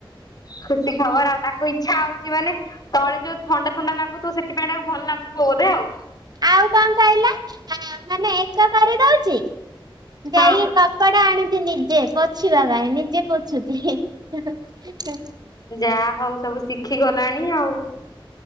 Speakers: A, on the left (about 45°); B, on the right (about 50°).
A: ଖୁସି ଖବର ଆଉ ତାକୁ ଇଚ୍ଛା ହଉଛି ମାନେ ତଳେ ଯୋଉ ଥଣ୍ଡା ଥଣ୍ଡା ଲାଗୁଥିବ ସେଥିପାଇଁ ତାକୁ ଭଲ ଲାଗୁ ଧେ ଆଉ।
B: ଆଉ କଣ କହିଲେ ମାନେ ଏକ କରିଦଉଚି
A: ହଁ
B: ଯାଇ କପଡା ଆଣୁଛି ନିଜେ ପୋଛିବା ପାଇଁ ନିଜେ ପୋଛୁଛି ହିଁ ହିଁ
A: ଯାହା ହଉ ସବୁ ଶିଖି ଗଲାଣି ଆଉ